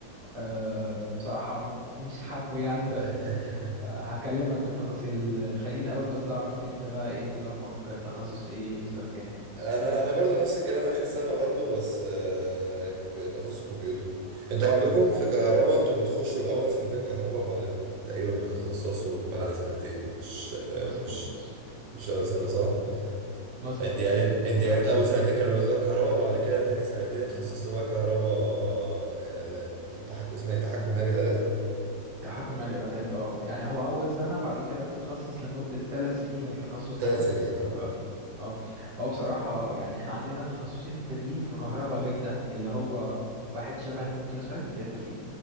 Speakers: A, on the right (about 30°); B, on the right (about 80°).
A: آه، بصراحه <laughs> مش حابه يعني
B: <laughs>
A: بس
B: لا.
A: آه، هكلمك بتفاصيل خليني الاول بس اعرف انت بقى ايه نظامك تخصص ايه في سنه كام
B: انا انا برضو نفس الكلام اخر سنه برضو بس آه، كمبي... تخصص كمبيوتر انتوا عندكم في كهرباء انتوا بتخشوا الاول سنتين كهرباء وبعدين تقريبا بتتخصصوا بعد سنتين مش آه،
A: مظبوط
B: مش مش اول سنه صح
A: مظبوط
B: انت يعني
A: مظبوط
B: انت يعني انت اول سنتين كانوا بالنسبه لك كهرباء وبعد كده تاني سنتين تخصصت بقى كهرباء آه، آلات تحكم اسمها ايه تحكم آلي آلات
A: تحكم آلي وآلات اه يعني هو أول سنة بعد كده بتتخصص لمدة ثلاث سنين التخصص دوت
B: ثلاث سنين اه
A: ف... ف- اه هو بصراحة يعني احنا عندنا تخصصين تانيين في كهرباء غير ده اللي هو واحد شبه الكمبيوتر ساينس اللي انت فيه